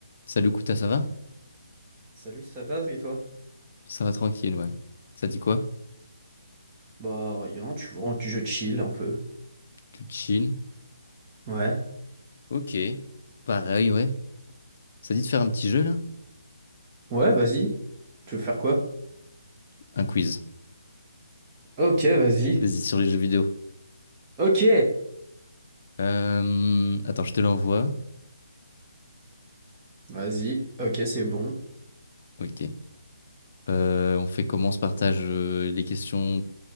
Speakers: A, on the left; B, on the right.
A: Salut Kouta, ça va?
B: Salut, ça va et toi?
A: Ça va tranquille, ouais. Ça dit quoi?
B: Bah rien, tu vois, tu- je chill un peu.
A: Tu chill?
B: Ouais.
A: Ok. Pareil, ouais. Ça dit de faire un petit jeu, là?
B: Ouais, vas-y. Tu veux faire quoi?
A: Un quiz.
B: Ok, vas-y.
A: Vas-y, sur les jeux vidéo.
B: Ok.
A: Euh, Attends, je te l'envoie.
B: Vas-y. Ok, c'est bon.
A: Ok. Euh, on fait comment? On se partage euh, les questions.